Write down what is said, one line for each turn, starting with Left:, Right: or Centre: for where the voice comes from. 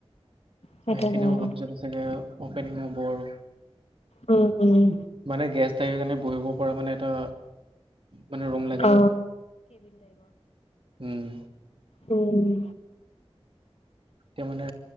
Left: সেইটো
Right: সেইখিনিও
Left: কাৰণে।
Right: হোৱাৰ পিছত আগে মিঙ বৰ
Left: উম। উম।
Right: মানে গেছ থাকিব কাৰণে বহিব পৰা মানে এটা মানে ৰুম লাগে
Left: অ
Right: ন উম
Left: <unintelligible>
Right: এতিয়া মানে